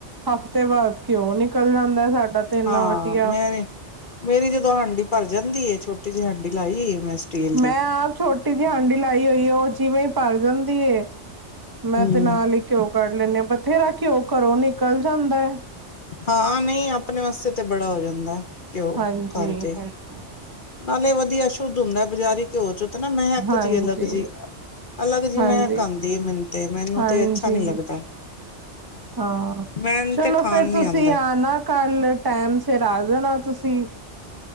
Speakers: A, on the right; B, on the left.
A: ਹਫ਼ਤੇ ਬਾਅਦ ਕਿਉਂ ਨੀ ਨਿਕਲ ਜਾਂ ਹਦਾ ਸਾਡਾ ਤੇ ਇੰਨਾ
B: ਹਾਂ
A: ਵਧੀਆ
B: ਮੈਂ ਮੇਰੀ ਜਦੋਂ ਹਾਂਡੀ ਭਰ ਜਾਂਦੀ ਛੋਟੀ ਜੇ ਹਾਂਡੀ ਲਾਈ ਮੈਂ ਸਟੀਲ
A: ਮੈਂ
B: ਦੀ
A: ਆਪ ਛੋਟੀ ਜਿਹੀ ਹਾਂਡੀ ਲਾਈ ਹੋਈ ਉਹ ਜਿਵੇਂ ਪਰਜਨ ਦੀਏ ਮੈਂ
B: ਹਮ
A: ਤੇ ਨਾਲ ਹੀ ਘਉ ਕਰੱ ਲੈਂਨੇ ਆ ਬਥੇਰਾ ਘਿਓ ਘਰੋਂ ਨਿਕਲ ਜਾਂਦਾ ਹੈ
B: ਹਾਂ ਨਹੀਂ ਆਪਣੇ ਵਾਸਤੇ ਤੇ ਬੜਾ ਹੋ ਜਾਂਦਾ ਘਿਓ
A: ਹਾਂਜੀ
B: ਘਰ ਦੇ
A: ਹਾਂਜੀ
B: ਨਾਲੇ ਵਧੀਆ ਸ਼ੁੱਧ ਹੁੰਦਾ ਬਜ਼ਾਰੀ ਘਿਓ ਚ ਨਾ ਮੈਂ ਕਿਹਾ ਇੱਕ
A: ਹਾਂਜੀ,
B: ਜੀ ਅਲੱਗ ਜਿ ਅਲੱਗ ਜਿ
A: ਹਾਂਜੀ।
B: ਮੈਂ ਕਿਹਾ ਆਉਂਦੀ ਆ ਮੈਨ ਤੇ ਮੈਨੂੰ
A: ਹਾਂਜੀ,
B: ਤੇ ਅੱਛਾ ਨੀ ਲੱਗਦਾ
A: ਹਾਂ
B: ਮੈਨ
A: ਚਲੋ
B: ਤੇ ਖਾਣ
A: ਫੇਰ ਤੁਸੀਂ
B: ਨੀ ਆਂਦਾ
A: ਆ ਨਾ ਕੱਲ ਟੈਮ ਸਿਰ ਆ ਜਾਣਾ ਤੁਸੀਂ